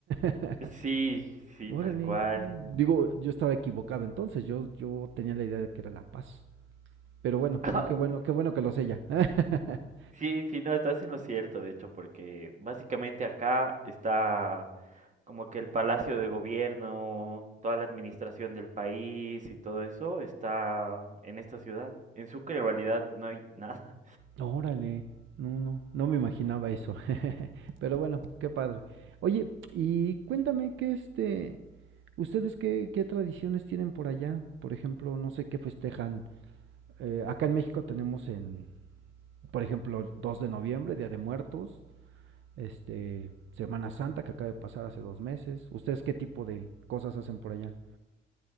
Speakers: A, on the right; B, on the right.
A: <laughs>
B: Sí, sí,
A: Órale.
B: tal cual.
A: Digo, yo estaba equivocado entonces, yo, yo tenía la idea de que era La Paz. Pero bueno,
B: Ah,
A: no, qué bueno, qué bueno que lo sé ya. <laughs>
B: Sí, sí, no, estás en lo cierto, de hecho, porque básicamente acá está como que el palacio de gobierno, toda la administración del país y todo eso está en esta ciudad. En Sucre en realidad no hay nada.
A: Órale. No, no, no me imaginaba eso. <laughs> Pero bueno, qué padre. Oye, y cuéntame que este ustedes qué, qué tradiciones tienen por allá? Por ejemplo, no sé qué festejan. Eh, acá en México tenemos en por ejemplo, el 2 de noviembre, Día de Muertos, este Semana Santa que acaba de pasar hace dos meses. ¿Ustedes qué tipo de cosas hacen por allá?